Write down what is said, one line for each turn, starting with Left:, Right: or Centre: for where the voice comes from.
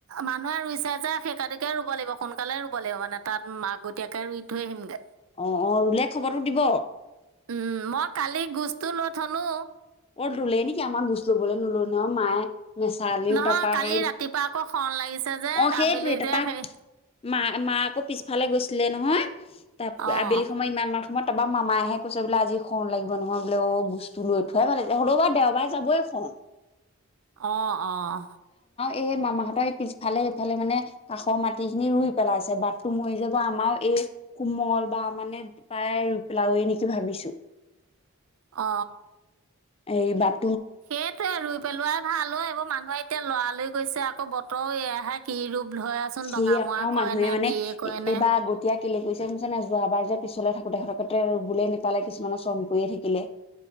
Right: মানুহে ৰুইছে যে সেইকাটিকে ৰুব লাগিব সোনকালে ৰুব লাগিব মানে তাত মাকগতীয়াকে ৰুই থৈ আহিমগে
Left: অ', অ', ৰুলে খবৰটো দিব
Right: উম মই কালি গোচটো নথনো
Left: অ লে নেকি আমাক গুচলো ব নোলো ন মায়ে নেচালিও
Right: নহয়
Left: তাৰাপা
Right: কালি
Left: হেৰি
Right: ৰাতিপুৱা আকৌ শৰণ লাগিছে যে
Left: অ সেইটোোৱেই
Right: আবেলি
Left: তাৰাপাক
Right: যে সেই
Left: মা মা আকৌ পিছফালে গৈছিলে নহয় তাৰ
Right: অঁ
Left: আবেলি সময় ইমান মাহ সময়ত তাৰপা মামাহহে কৈছে বোলে আজি খন লাগিব নহয় বোলে অ গস্তু লৈ থ ঘয় মালি হ'লেবা দেওবাৰে যাবইখন
Right: আহ আহ
Left: এই মামাহঁতৰ পিছফালে এইফালে মানে কাষৰ মাটি খিনি ৰুই পেলাইছে বাথৰুম হৈ যাব আমাৰ এই কোমল বা মানে প্ৰায় ৰুই পেলাওৱেই নেকি ভাবিছো
Right: অ
Left: এই বাপ
Right: সেইটয়ে ৰুই পেলোৱাই ভাল হয় এইবোৰ মানুহে এতিয়া লৰালৰি গৈছে আকৌ আকৌ বতৰ এহে কি ৰূপ ধৰেচোন
Left: সেে
Right: ডঙামৰা
Left: আৰু মানুহে
Right: কৰেনে
Left: মানে
Right: কিয়ে
Left: এইবাৰ
Right: কৰেনে
Left: আগতিয়া কেি কৈছে শুছ নাই যোৱাবাৰ যে পিছলৈ থাকো তেখেতকেতে ৰুবুললে নাপালে কিছুমানৰ চম কৰিয়ে থাকে